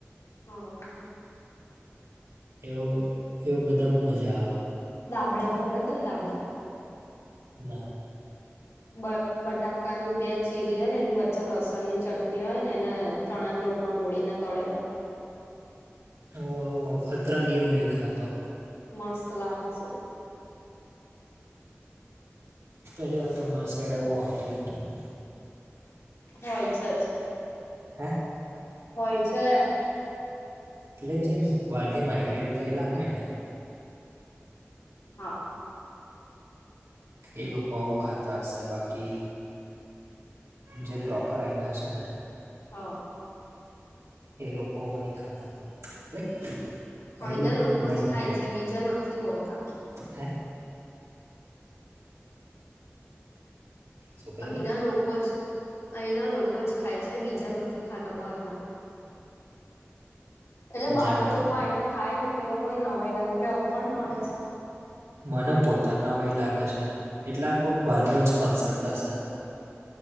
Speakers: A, on the left; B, on the right.
A: હા
B: એવ એવું બધામાં મજા આવ.
A: દાબડા ભાવે તન દાબડા?
B: ના
A: બ બટાકાની બે ચીરી હોય ને એની વચ્ચે લસણની ચટણી હોય ને એન ચણાના લોટમાં બોળીને તળેલા હોય.
B: હોવ હોવ હોવ અતરંગી હું નહીં ખાતો.
A: મસ્ત લાગે શું.
B: પહેલી વાત અમારી સાઈડ આવું હોતું એ નહીં.
A: હોય છે જ.
B: હે?
A: હોય છે.
B: એટલે જેમ બહારથી માઇગ્રેટ થયેલા હોય ને
A: હા
B: એ લોકો આવું ખાતા હશે બાકી જે પ્રોપર અહીંના છે ને
A: હહ
B: એ લોકો ની ખાતા હોય. લાઈક અહીંનું
A: અહીંના લોકો
B: ન- નહીં
A: જ ખાય
B: હોય
A: છે બીજા નથી હોતા.
B: હે શું કહે
A: અહીંના
B: છે
A: લોકો જ અહીંના લોકો જ ખાય છે બીજા નથી ખાતા બહારના એટલે બહાર
B: જેમ
A: ના
B: કે
A: લોકો આઈને ખાય ને તો એ લોકોને નવાય લાગે કે આવું પણ મળે છે
B: મને પોતાના હોય લાગે છે ને એટલે કો બહારનું જ કોન્સેપ્ટ હશે